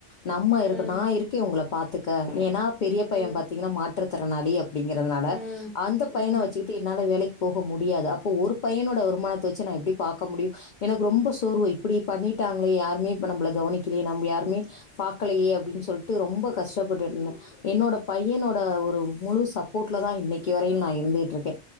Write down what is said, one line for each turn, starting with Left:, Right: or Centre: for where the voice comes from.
Left: நம்ம
Centre: ம்
Left: இருக் நா இருக்கே உங்க பாத்துக்க ஏன்னா பெரிய
Centre: ம்
Left: பையன் பாத்தீங்கன்னா மாற்றுத்திறனாளி அப்டிங்கிறதுனால
Centre: ம்
Left: அந்த
Centre: ம்
Left: பையன வெச்சிகிட்டு என்னால வேலைக் போக முடியாது அப்போ ஒரு பையனோட வருமானத்த வெச்சு நா எப்டி பாக்க முடியு எனக்கு ரொம்ப சோர்வு இப்டி பண்ணிட் விட்டாங்ளே யாருமே இப்ப நம்பள கவனிக்கிலையே நம்ப யாருமே பாக்கலையே அப்டின்னு சொல்டு ரொம்ப கஷ் த்தபட்டு இருந்த என்னோட பையனோட ஒரு முழு சப்போர்ட்ல தா இன்னிக்கி வரையில் நா இருந்துகிட்டு இருக்கே